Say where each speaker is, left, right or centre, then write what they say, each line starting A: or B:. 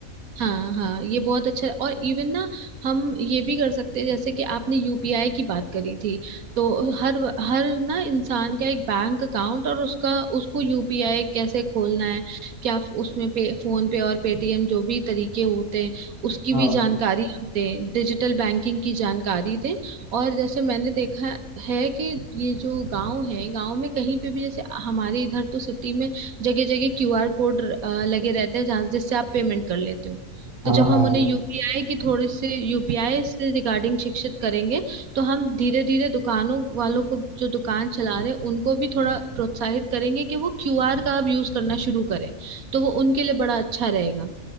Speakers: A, on the right (about 80°); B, on the right (about 15°).
A: हाँ हाँ ये बहुत अच्छा है और इवन ना हम ये भी कर सकते हैं जैसे कि आपने यूपीआई की बात करी थी तो हर हर ना इंसान का एक बैंक अकाउंट और उसका उसको यूपीआई कैसे खोलना है क्या उसमें पे फोन पे और पेटीएम जो भी तरीके होते हैं उसकी
B: हाँ
A: भी जानकारी हम दें डिजिटल बैंकिंग की जानकारी दें और जैसे मैंने देखा है कि ये जो गांव है गांव में कहीं पे भी जैसे हमारे इधर तो सिटी में जगह जगह क्यूआर कोड लगे रहते हैं जहाँ जिससे आप पेमेंट कर लेते हो
B: हाँ
A: तो जब हम
B: हाँ
A: उन्हें यूपीआई की थोड़े से यूपीआई से रिगार्डिंग शिक्षित करेंगे तो हम धीरे धीरे दुकानों वालों को जो दुकान चला रहे हैं उनको भी थोड़ा प्रोत्साहित करेंगे कि वो क्यूआर का अब यूज करना शुरू करें तो वो उनके लिए बड़ा अच्छा रहेगा